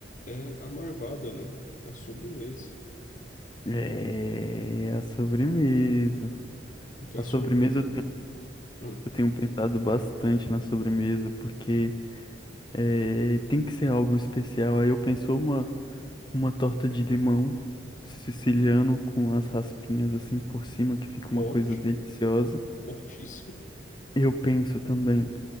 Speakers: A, on the left (about 45°); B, on the left (about 25°).
A: é a marvada, né? A sobremesa.
B: é, a sobremesa.
A: Porque
B: A
A: a
B: sobremesa
A: sobremesa
B: eu tenho,
A: é
B: eu tenho pensado bastante na sobremesa, porque é, tem que ser algo especial. Aí eu penso uma, uma torta de limão siciliano com as raspinhas assim por cima, que fica uma
A: forte,
B: coisa deliciosa.
A: fortíssimo.
B: Eu penso também